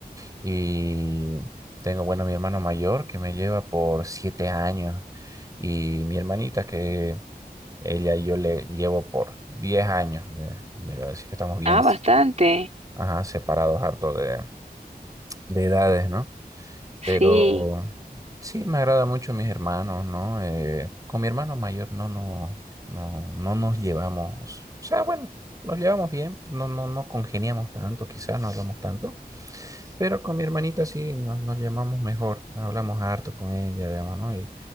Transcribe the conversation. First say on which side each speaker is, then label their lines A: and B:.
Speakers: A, on the right; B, on the right.
A: Y tengo, bueno, mi hermano mayor que me lleva por siete años y mi hermanita que ella y yo le llevo por diez años de, de edad, así que estamos bien
B: Ah, bastante.
A: Ajá, separados harto de, de edades, ¿no?
B: Sí,
A: Pero sí, me agrada mucho mis hermanos, ¿no? Eh, con mi hermano mayor no, no, no, no nos llevamos, o sea, bueno, nos llevamos bien, no, no, no congeniamos tanto, quizás no hablamos tanto, pero con mi hermanita sí nos, nos llamamos mejor, hablamos harto con ella, digamos, ¿no? Y